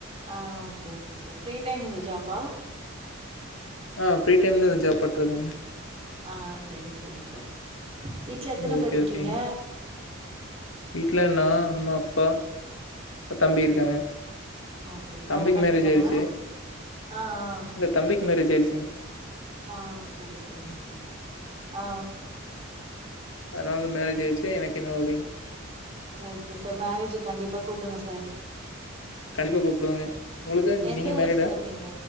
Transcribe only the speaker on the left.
ஆ ஃப்ரீ டைம்ல இந்த ஜாப் பட்ருக்கேங்க
ஓகே,
ஓகேங்க. வீட்ல நா அம்மா அப்பா ப தம்பி இருக்காங்க
தம்பிக்கு
மேரேஜ் ஆயிருச்சு.
இல்ல தம்பிக்கு மேரேஜ் ஆய்டுச்சுங்க
அத்னால தா மேரேஜ் ஆய்டுச்சு எனக்கு இன்னு ஆவுலீங்
கண்டிப்பா கூப்டுவேங்க. உங்களுக்கு
நீங்க மேரிடா?